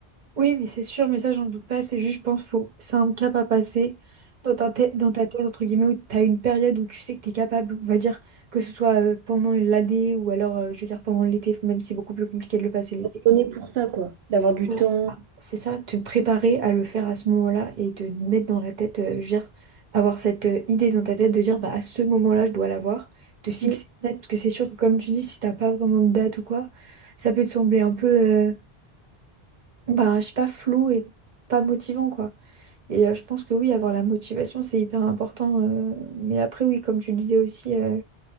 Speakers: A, on the right; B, on the right.
A: Oui, mais c'est sûr, mais ça, j'en doute pas. C'est juste, je pense, faut... c'est un cap à passer dans ta tête, dans ta tête, entre guillemets, où tu as une période où tu sais que tu es capable, on va dire, que ce soit euh, pendant l'AD ou alors, euh, je veux dire, pendant l'été, même si c'est beaucoup plus compliqué de le passer l'été.
B: On est pour ça, quoi, d'avoir du
A: Ouais.
B: temps.
A: Ah, C'est ça, te préparer à le faire à ce moment-là et te mettre dans la tête, euh, je veux dire, avoir cette euh, idée dans ta tête de dire, bah, à ce moment-là, je dois l'avoir, te fixer
B: Ouais,
A: une date, parce que c'est sûr que, comme tu dis, si t'as pas vraiment de date ou quoi, ça peut te sembler un peu, euh, bah, je sais pas, flou et pas motivant, quoi. Et euh, je pense que oui, avoir la motivation, c'est hyper important. euh, mais après, oui, comme tu le disais aussi, euh,